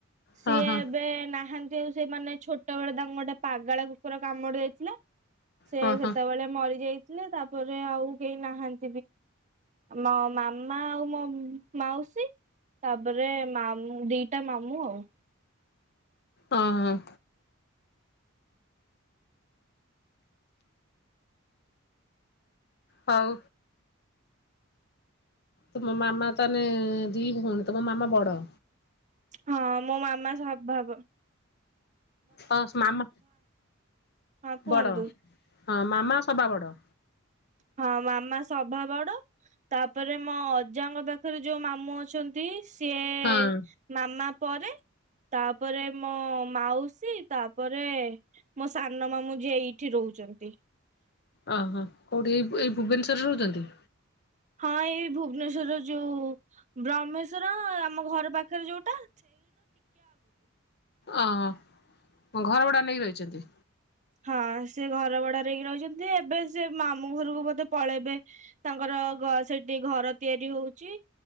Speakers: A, on the right (about 35°); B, on the left (about 50°).
A: ସିଏ
B: ହଁ ହଁ
A: ଏବେ ନାହାନ୍ତି ଯୋଉ ସେ ମାନେ ଛୋଟ ବେଳେ ତାଙ୍କୁ ଗୋଟେ ପାଗଳ କୁକୁର କାମୁଡି ଦେଇଥିଲା ସେ
B: ହଁ ହଁ
A: ସେତେବେଳେ ମରିଯାଇ ତାପରେ ଆଉ କେହି ନାହାନ୍ତି ମୋ ମାମା ଆଉ ମୋ ମାଉସୀ ତାପରେ ମାମୁଁ ଦି ଟା ମାମୁଁ ଆଉ
B: ହଁ ହଁ ହଉ। ତୁମ ମାମା ତାହେଲେ ଦି ଭଉଣୀ ତୁମ ମାମା ବଡ
A: ହଁ ମୋ ମାମା ସା ଭାବ
B: ହ ମାମା
A: ହଁ କୁହନ୍ତୁ।
B: ବଡ ହଁ ମାମା ସବା ବଡ
A: ହଁ ମାମା ସଭା ବଡ ତାପରେ ମୋ ଅଜାଙ୍କ ପାଖରେ ଯୋଉ ମାମୁ ଅଛନ୍ତି ୲ ସିଏ
B: ହଁ
A: ମାମା ପରେ ତାପରେ ମୋ ମାଉସୀ ତାପରେ ମୋ ସାନ ମାମୁଁ ଯିଏ ଏଇଠି ରହୁଛନ୍ତି।
B: ଓହୋ କୋଉଠି ଏଇ ଏଇ ଭୁବନେଶ୍ଵରରେ ରହୁଛନ୍ତି।
A: ହଁ ଏଇ ଭୁବନେଶ୍ଵର ଯୋଉ ବ୍ରହ୍ମେଶ୍ଵର ଆମ ଘର ପାଖରେ ଯୋଉଟା
B: ଓ ଘର ଭଡା ନେଇକି ରହିଛନ୍ତି।
A: ହଁ ସେ ଘର ଭଡା ଦେଇକି ରହିଛନ୍ତି ଏବେ ସେ ମାମୁଁ ଘରକୁ ବୋଧେ ପଳେଇବେ ତାଙ୍କର ସେଠି ଘ ଘର ତିଆରି ହଉଛି।